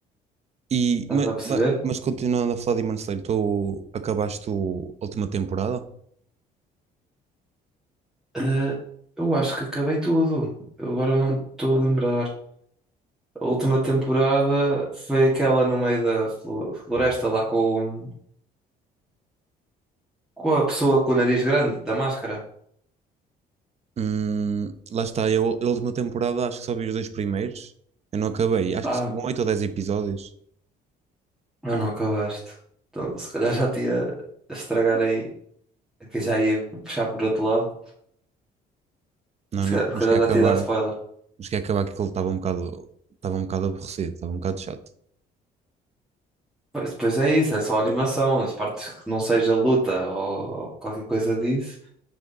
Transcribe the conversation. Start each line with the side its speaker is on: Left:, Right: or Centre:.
Right: E,
Centre: Estás-me
Right: ma-
Centre: a perceber?
Right: ma- mas, continuando a falar de Demon Slayer, tu acabaste o- a última temporada?
Centre: Ah, eu acho que acabei tudo. Eu agora não me estou a lembrar. A última temporada foi aquela no meio da flo- floresta lá com, o- com a pessoa com o nariz grande, da máscara.
Right: Hum, lá está, eu a última temporada acho que só vi os dois primeiros. Eu não acabei, acho
Centre: Ah,
Right: que são um, oito ou dez episódios.
Centre: Ah, não acabaste. Então, se calhar já te ia estragar aí, que já ia puxar por outro lado.
Right: Não,
Centre: Se
Right: não,
Centre: calhar, se
Right: não
Centre: calhar
Right: cheguei a
Centre: já
Right: acabar.
Centre: te ia dar spoiler.
Right: Não cheguei a acabar que aquilo estava um bocado, estava um bocado aborrecido, estava um bocado chato.
Centre: Pois, depois é isso, é só animação. As partes que não seja luta ou qualquer coisa disso